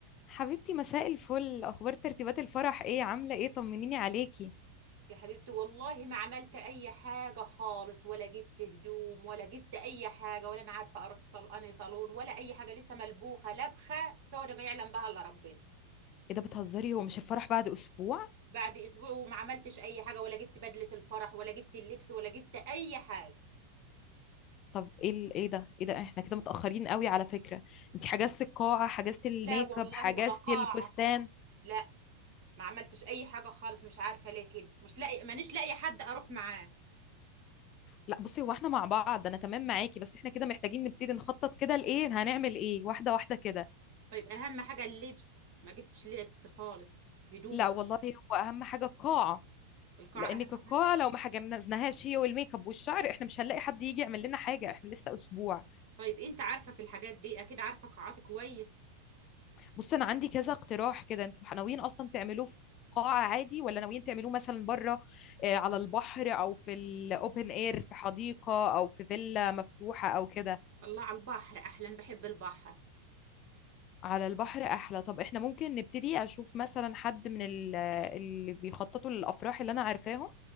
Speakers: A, on the left; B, on the right.
A: حبيبتي مساء الفل اخبار ترتيبات الفرح ايه عامله ايه طمنيني عليكي
B: يا حبيبتي والله ما عملت اي حاجه خالص ولا جبت هدوم ولا جبت اي حاجه ولا انا عارفه اروح صالون انهي صالون ولا اي حاجه لسه ملبوخه لبخه سودا ما يعلم بها الا ربنا
A: ايه ده بتهزري هو مش الفرح بعد اسبوع
B: بعد اسبوع وما عملتش اي حاجه ولا جبت بدله الفرح ولا جبت اللبس ولا جبت اي حاجه
A: طب ايه ال- ايه ده ايه ده احنا كده متاخرين قوي على فكره انت حجزتي القاعه حجزتي الميك
B: لا والله
A: اب حجزتي
B: ولا قاعه
A: الفستان
B: لا ما عملتش اي حاجه خالص مش عارفه ليه كده مش لاقي مانيش لاقي حد اروح معاه
A: لا بصي هو احنا مع بعض انا تمام معاكي بس احنا كده محتاجين نبتدي نخطط كده لايه هنعمل ايه واحده واحده كده
B: طيب اهم حاجه اللبس ما جبتش لبس خالص هدوم
A: لا والله هو اهم حاجه القاعه
B: القاعه
A: لانك
B: اهم
A: القاعه
B: حاجه
A: لو ما حجزناهاش هي والميك اب والشعر احنا مش هنلاقي حد يجي يعمل لنا حاجه احنا لسه اسبوع
B: طيب انت عارفة في الحاجات دي اكيد عارفة قاعات كويس
A: بص انا عندي كذا اقتراح كده انتوا ناويين اصلا تعملوه في قاعة عادي ولا ناويين تعملوه مثلا بره آه، على البحر او في الاوبن اير في حديقة او في فيلا مفتوحة او كده
B: الله على البحر احلا بحب البحر
A: على البحر احلى طب احنا ممكن نبتدي اشوف مثلا حد من ال- آه، اللي بيخططوا للافراح اللي انا عارفاهم